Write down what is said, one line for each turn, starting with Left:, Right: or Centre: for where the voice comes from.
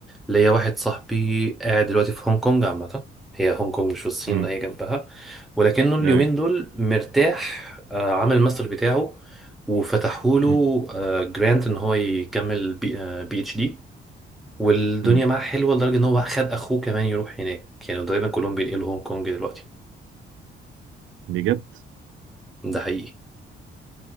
Centre: ليا واحد صاحبي قاعد دلوقتي في هونج كونج عامه هي هونج كونج مش في الصين
Right: امم
Centre: هي جنبها ولكنه اليومين
Right: أيوة.
Centre: دول مرتاح آه، عمل الماستر بتاعه وفتحوله
Right: أمم.
Centre: جرانت ان هو يكمل بي آه بي اتش دي والدنيا
Right: أمم.
Centre: معاه حلوه لدرجه ان هو خد اخوه كمان يروح هناك يعني تقريبا كلهم بينقلوا هونج كونج دلوقتي
Right: بجد
Centre: ده حقيقي